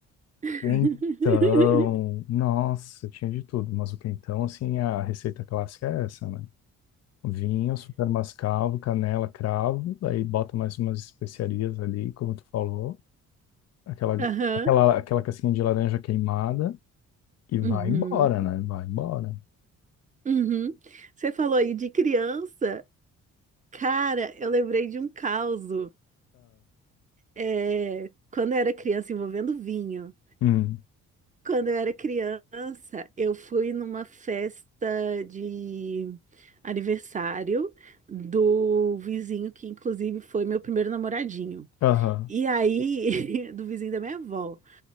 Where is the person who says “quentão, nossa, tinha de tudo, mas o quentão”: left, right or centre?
Left